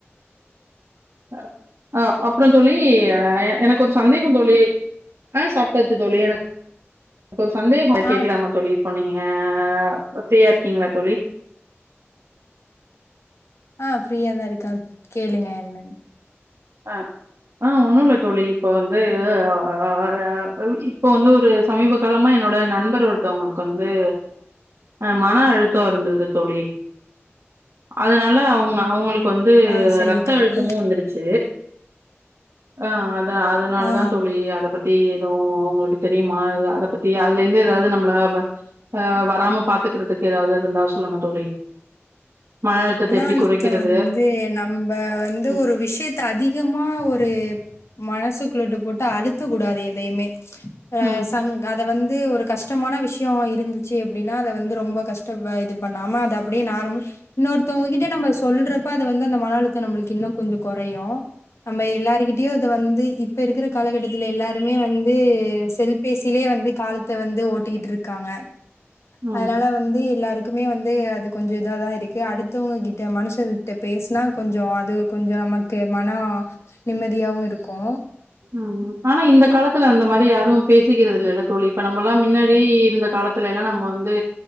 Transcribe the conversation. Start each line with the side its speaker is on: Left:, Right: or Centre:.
Right: ஆ ஆ அப் அப்புறே தோழி ஆ எ எனக்கு ஒரு சந்தேக தோழி ஆ சாப்பிட்டாச்சு தோழி எனக் ஒரு சந்தேக அத கேக்கலாமா
Left: ஆ
Right: தோழி இப்போ நீங்க ஆ ஃப்ரீயா இருக்கீங்களா தோழி
Left: ஆ ஃப்ரீயா தா இருக்கே கேளுங்க என்னன்னு
Right: ஆ ஆ ஒண்ணு இல்ல தோழி இப்ப வந்து ஆ ஆ ஆ ஆ ஆ ஆ இப்போ வந்து ஒரு சமீப காலமா என்னோட நண்பர் ஒருத்தவங்களுக்கு வந்து ஆ மன அழுத்தே இருந்தது தோழி அதனால அவுங்க அவுங்களுக் கு வந்து
Left: ஆ சரி
Right: ரத்த
Left: தோழி
Right: அழுத்தமு வந்துடுச்சு ஆ அத அதனால
Left: ஆ
Right: தா தோழி அத பத்தி ஏதவு அவுங்களுக்கு தெரியுமா அத‌ அதை பத்தி அதுல இருந்து ஏதாவது நம்மள ஆ வராம பாத்துக்கறதுக்கு ஏதாவது இருந்தா சொல்லுங்க தோழி மன அழுத்தத்த எப்புடி
Left: அழுத்தம்
Right: குறைக்கிறது
Left: வந்து நம்ப வந்து
Right: ம்
Left: ஒரு விஷயத்த அதிகமா ஒரு மனசுக்குள்ள அப்டி போட்டு அழுத்த கூடாது எதையுமே ஆ
Right: ம்
Left: சங் அத வந்து ஒரு கஷ்டமான விஷயே இருந்துச்சு அப்புடின்னா அத வந்து ரொம்ப கஷ்ட இது பண்ணாம அத அப்புடி நார்மல் இன்னொருத்தவங்க கிட்டே நம்ம சொல்றப்ப அது வந்து அந்த மன அழுத்த நம்மளுக்கு இன்னு கொஞ்ச குறையு நம்ம எல்லாருகிட்டயு அது வந்து இப்ப இருக்கிற காலகட்டத்துல எல்லாருமே வந்து செல் பேசிலயே வந்து காலத்தை வந்து ஓட்டிக்கிட்டு இருக்காங்க
Right: ம்
Left: அதனால வந்து எல்லாருக் எனக்குமே வந்து அது கொஞ்ச இத தா இருக் அடுத்தவங்க கிட்ட மனசு விட்டு பேசுன கொஞ்ச அது கொஞ்ச நமக்கு மனே நிம்மதியாவு இருக்கு
Right: ம் ம் ஆனா இந்த காலத்துல அந்த மாறி யாரும் பேசிக்கிறது இல்லால தோழி இப்ப நம்ம எல்லா முன்னாடி இரு காலத் துல நம்ம வந்து